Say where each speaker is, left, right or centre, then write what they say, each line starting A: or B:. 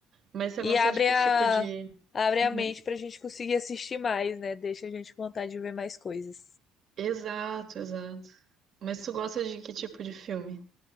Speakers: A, on the right; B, on the left.
A: Mas você
B: E
A: gosta
B: abre
A: de que
B: a,
A: tipo de.
B: abre
A: Uhum.
B: a mente pra gente conseguir assistir mais, né? Deixa a gente com vontade de ver mais coisas.
A: Exato, exato. Mas tu gosta de que tipo de filme?